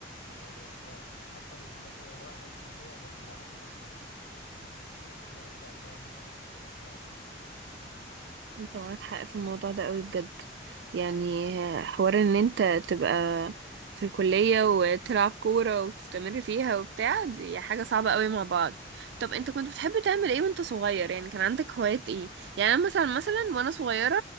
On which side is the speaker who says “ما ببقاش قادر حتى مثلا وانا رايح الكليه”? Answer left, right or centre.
Left